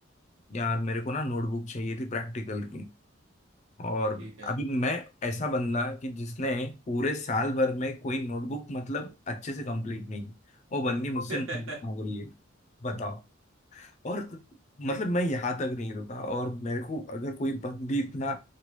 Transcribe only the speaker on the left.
यार मेरे को ना नोटबुक चाहिए थी प्रैक्टिकल की और
अभी मैं ऐसा बंदा कि जिसने पूरे साल भर में कोई नोटबुक मतलब अच्छे से कंप्लीट नहीं की वो बंदी मुझसे
notebook मांग रही है बताओ और मतलब मैं यहाँ तक नहीं रुका और मेरे को अगर कोई बंदी इतना